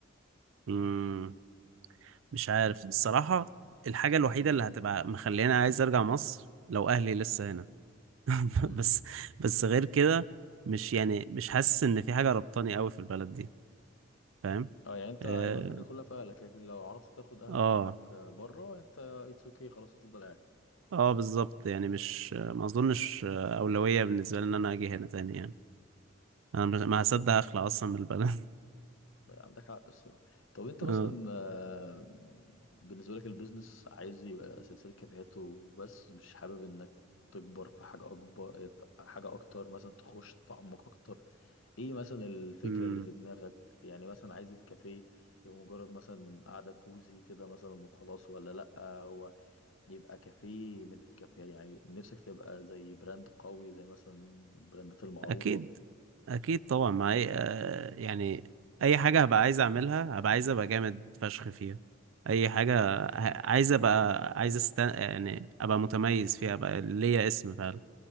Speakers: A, on the right; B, on the left.
A: مم. مش عارف الصراحه الحاجه الوحيده اللي هتبقى مخليني عايز ارجع مصر لو اهلي لسه هنا <laughs>
B: امم
A: بس بس غير كده مش يعني مش حاسس ان في حاجة ربطاني قوي في البلد دي فاهم
B: اه يعني انت
A: اه
B: هيبقى الفكره كلها في اهلك لكن لو عرفت تاخد اهلك
A: اه
B: معاك بره انت اتس اوكي خلاص هتفضل قاعد
A: آه، بالظبط يعني مش ما اظنش أولوية بالنسبة لي ان انا اجي هنا تاني يعني انا مش- ما هصدق
B: طب
A: اخلع اصلا من البلد
B: عندك حق الصراحه طب انت مثلا
A: <laughs> آه.
B: آه، بالنسبه لك البيزنس عايز يبقى سلسله كافيهات وبس مش حابب انك تكبر في حاجه اكبر حاجه اكتر مثلا تخش تتعمق اكتر ايه مثلا الفكرة
A: أمم،
B: اللي في دماغك يعني مثلا عايز الكافيه يبقى مجرد مثلا قعدة كوزي كده مثلا وخلاص ولا لأ هو يبقى كافيه من الكافيه يعني نفسك تبقى زي براند قوي زي مثلا البراندات المعروفة
A: اكيد اكيد طبعا ما أي... آه، يعني اي حاجه هبقى عايز اعملها هبقى عايز ابقى جامد فشخ فيها اي حاجه ه- عايز ابقى عايز است... يعني ابقى متميز فيها ابقى ليا اسم فعلا